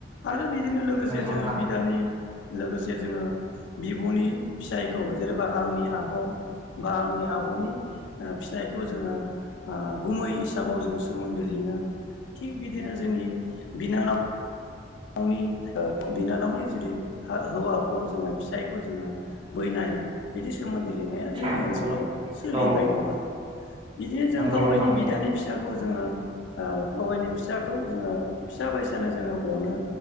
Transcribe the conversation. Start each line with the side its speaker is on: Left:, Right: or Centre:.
Left: आरो बिदिनो लोगोसे
Right: नंगौ
Left: जोङो
Right: नोंथां
Left: बिदानि लोगोसे जोङो बिब'नि फिसायखौ जेनेबा आंनि आब' बा आंनि आब'नि फिसाइखौ जोङो गुमै हिसाबाव जों सोमोन्दो लि ङो थिग बिदिनो जोंनि बिनानाव नावनि ओ बिनानावनि जुदि हौवाखौ जोङो फिसायखौ जोङो बैनाय। बिदि सोमोन्दै लिंनाया जोंनि
Right: नंगौ
Left: ओनसोलाव सोलिबाय
Right: औ
Left: दं आरो बिदिनो जों
Right: नंगौ
Left: गाव
Right: नोंथां
Left: गावनि बिदानि फिसाखौ जोङो ओ गाव गावनि फिसाखौ जोङो फिसा। फसा बायसानो जोङो अनो